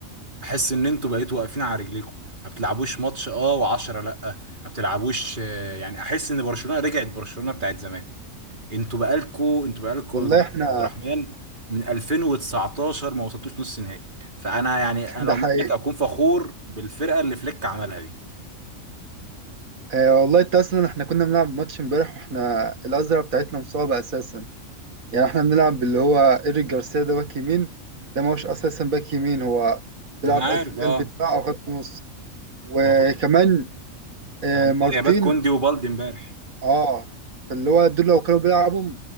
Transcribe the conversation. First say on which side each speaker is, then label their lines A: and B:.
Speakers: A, on the right (about 35°); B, on the right (about 90°).
A: احس ان انتوا بقيتوا واقفين على رجليكم ما بتلعبوش ماتش اه و10 لا ما بتلعبوش آه، يعني احس ان برشلونه رجعت برشلونه بتاعت زمان انتوا بقالكوا انتوا بقالكوا
B: والله
A: دلوقتي
B: احنا
A: عبد الرحمن من 2019 ما وصلتوش نص نهائي فانا يعني
B: <laughs>
A: انا لو
B: ده حقيقي
A: منك اكون فخور بالفرقه اللي فليك عملها دي
B: آه والله انت اصلا احنا كنا بنلعب ماتش امبارح واحنا الازرع بتاعتنا مصابه اساسا يعني احنا بنلعب باللي هو ايريك جارسيا ده باك يمين ده ما هوش اساسا باك يمين هو بيلعب
A: انا عارف
B: قلب
A: اه
B: قلب دفاع او خط نص وكمان
A: المفروض
B: آه
A: كان عندكم
B: مارتين
A: غيابات كوندي وبالدي امبارح
B: اه فاللي هو دول لو كانوا بيلعبوا